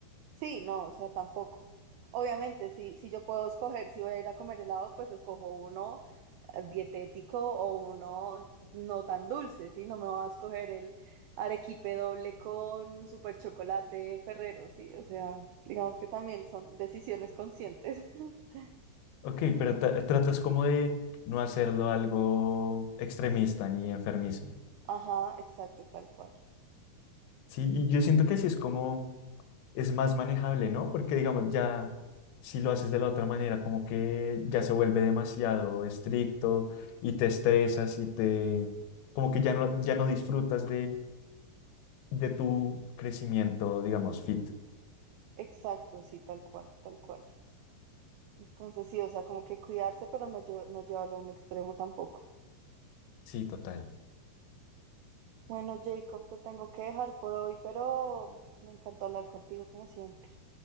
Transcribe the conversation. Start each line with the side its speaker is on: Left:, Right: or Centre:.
Right: Sí, no, o sea, tampoco. Obviamente, si, si yo puedo escoger si voy a ir a comer helado, pues escojo uno eh, dietético o uno no tan dulce, ¿sí? No me voy a escoger el arequipe doble con super chocolate Ferrero, ¿sí? O sea, digamos que también son decisiones conscientes. <laughs>
Left: Ok, pero tra- tratas como de no hacerlo algo extremista ni enfermizo.
Right: Ajá, exacto, tal cual.
Left: Sí, y yo siento que así es como es más manejable, ¿no? Porque digamos ya si lo haces de la otra manera como que ya se vuelve demasiado estricto y te estresas y te como que ya no ya no disfrutas de tu crecimiento, digamos, fit.
Right: Exacto, sí, tal cual, tal cual. Entonces sí, o sea, como que cuidarse, pero no, lle- no llevarlo a un extremo tampoco.
Left: Sí, total.
Right: Bueno, Jacob, te tengo que dejar por hoy, pero me encantó hablar contigo como siempre.